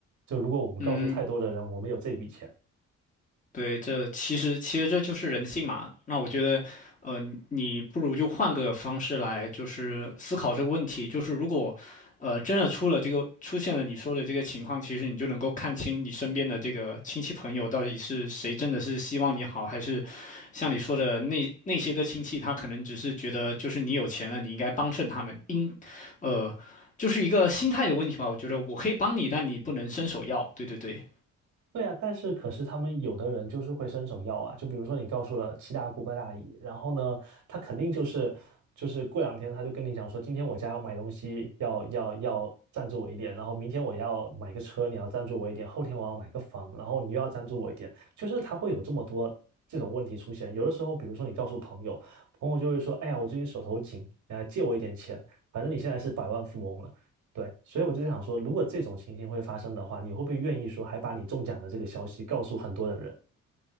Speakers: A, on the right; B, on the left.
A: 就如果我们告诉太多的人，
B: 嗯。
A: 我们有这笔钱，
B: 对，这其实其实这就是人性嘛。那我觉得，呃，你不如就换个方式来，就是思考这个问题。就是如果，呃，真的出了这个出现了你说的这个情况，其实你就能够看清你身边的这个亲戚朋友到底是谁真的是希望你好，还是像你说的那那些个亲戚，他可能只是觉得就是你有钱了，你应该帮衬他们，应，呃，就是一个心态的问题吧。我觉得我可以帮你，但你不能伸手要。对对对，
A: 对啊，但是可是他们有的人就是会伸手要啊，就比如说你告诉了七大姑八大姨，然后呢，他肯定就是就是过两天他就跟你讲说，今天我家要买东西，要要要赞助我一点，然后明天我要买个车，你要赞助我一点，后天我要买个房，然后你又要赞助我一点，就是他会有这么多这种问题出现。有的时候，比如说你告诉朋友，朋友就会说，哎呀，我最近手头紧，呃，借我一点钱，反正你现在是百万富翁了。对，所以我就想说，如果这种情形会发生的话，你会不会愿意说还把你中奖的这个消息告诉很多的人？